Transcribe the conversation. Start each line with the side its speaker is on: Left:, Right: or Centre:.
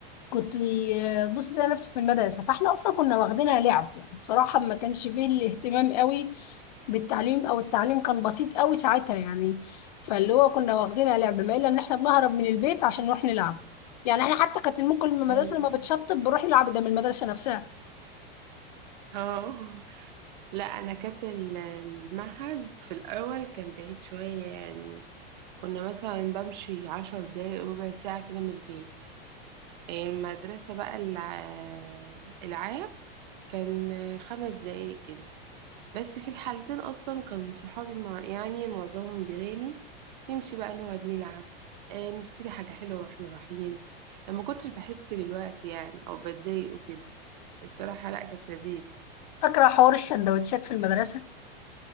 Left: كنت بص ده نفسي في المدرسة فاحنا أصلا كنا واخدينها لعب يعني بصراحة ما كانش فيه الاهتمام قوي بالتعليم أو التعليم كان بسيط قوي ساعتها يعني فاللي هو كنا واخدينها لعب ما إلا إن احنا بنهرب من البيت عشان نروح نلعب يعني احنا حتى كانت ممكن من المدرسة
Right: ايوه
Left: لما بتشطب بنروح نلعب ده من المدرسة نفسها
Right: اه لا انا كانت ال- المعهد في الاول كان بعيد شوية يعني كنا مثلا بمشي عشر دقايق ربع ساعة كده من البيت المدرسة بقى الع- العام كان خمس دقايق كده بس في الحالتين اصلا كانوا صحابي مع يعني معظمهم جيراني نمشي بقى نقعد نلعب آه، نشتري حاجة حلوة واحنا رايحين لما كنتش بحس بالوقت يعني او بتضايق وكده الصراحة لا كانت لذيذ
Left: فاكرة حوار الشندوتشات في المدرسة